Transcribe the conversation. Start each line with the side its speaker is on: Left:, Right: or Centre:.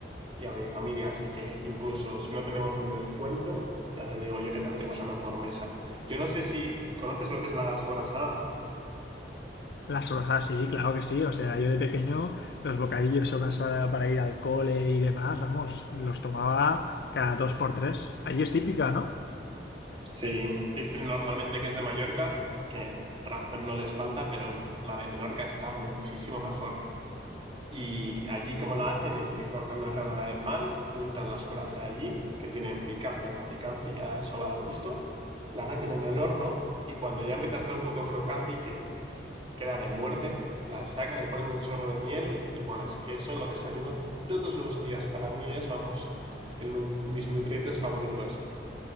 Right: y a mi familia, así que incluso si no tenemos un descuento, ya te digo yo que tendremos la mejor mesa. Yo no sé si conoces lo que es la sobrasada.
Left: Las sobrasadas, sí, claro que sí. O sea, yo de pequeño los bocadillos sobrasada para ir al cole y demás, vamos, los tomaba cada dos por tres. Allí es típica, ¿no?
Right: Sí, dicen normalmente que es de Mallorca, que razón no les falta, pero la de Menorca está muchísimo mejor. Y allí como la hacen es que cortan una rebanada de pan, untan la sobrasa de allí, que tienen picante o no picante, ya eso va al gusto, la meten en el horno y cuando ya empieza a estar un poco crocante y que queda de muerte, la sacan, le ponen un chorro de miel y bueno, es que eso lo desayuno todos los días. Para mí es, vamos, el nu- mis nutrientes favoritos.